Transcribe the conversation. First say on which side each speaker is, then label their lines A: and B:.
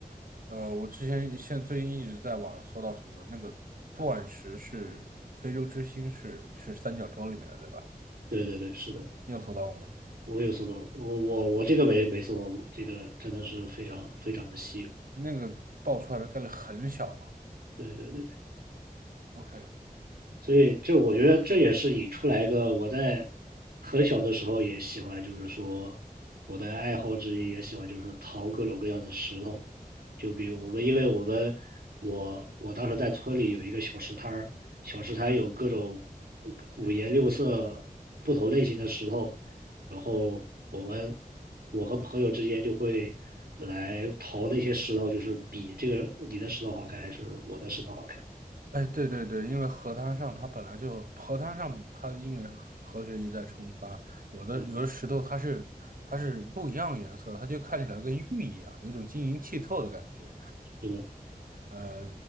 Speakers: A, on the right; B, on the right.
A: 呃，我之前现最近一直在网上搜到什么那个钻石是非洲之星是是三角洲里面的对吧？
B: 对对对，是的，
A: 你有搜到过吗？
B: 我有搜到，我我我这个没没搜到过，这个真的是非常非常的稀有。
A: 那个爆出来的概率很小嘛
B: 对对对，
A: ？OK，
B: 所以这我觉得这也是引出来一个我在很小的时候也喜欢，就是说我的爱好之一也喜欢，就是淘各种各样的石头。就比如我们，因为我们我我当时在村里有一个小石摊儿，小石摊有各种五颜六色、不同类型的石头，然后我们我和朋友之间就会来淘那些石头，就是比这个你的石头好看还是我的石头好看。
A: 哎，对对对，因为河滩上它本来就河滩上它因为河水一再冲刷，有的有的石头它是它是不一样颜色，
B: 对，
A: 它就看起来跟玉一样，有一种晶莹剔透的感觉。
B: 是的，
A: 呃，